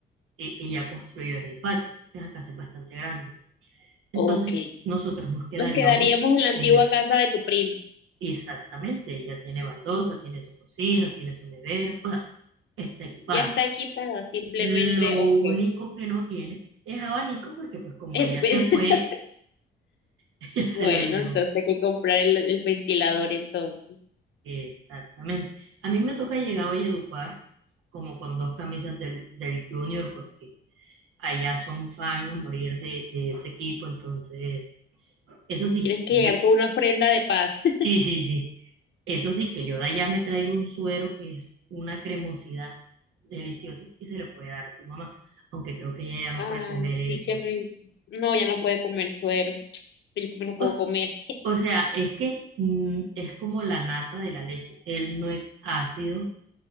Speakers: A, on the right (about 80°); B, on the left (about 65°).
A: e- ella construyó en el patio. Esa casa es bastante grande. Entonces,
B: Ok.
A: nosotros nos quedaríamos
B: Nos quedaríamos en la antigua
A: en el...
B: casa de tu prima.
A: Exactamente, ella tiene baldosa, tiene su cocina, tiene su nevera, o sea, está equipada.
B: Ya está equipada, simplemente,
A: Lo
B: ok.
A: único que no tiene es abanico porque pues como
B: Es,
A: ella se
B: <laughs>
A: fue, <laughs> ella se
B: bueno,
A: lo llevó.
B: entonces hay que comprar el, el ventilador entonces.
A: Exactamente. A mí me toca llegar a Valledupar como con dos camisas del, del Junior porque allá son fan a morir de, de ese equipo, entonces, eso sí,
B: Tienes que
A: yo,
B: llegar con una ofrenda de paz. <laughs>
A: sí, sí, sí, eso sí, que yo de allá me traigo un suero que es una cremosidad deliciosa y se le puede dar a tu mamá, aunque creo que ella ya no
B: Ay,
A: puede comer
B: sí,
A: eso.
B: qué rico. No, ya no puede comer suero. <tsk> Pero yo también lo puedo
A: O, s-
B: comer.
A: o sea, es que mm, es como la nata de la leche, él no es ácido,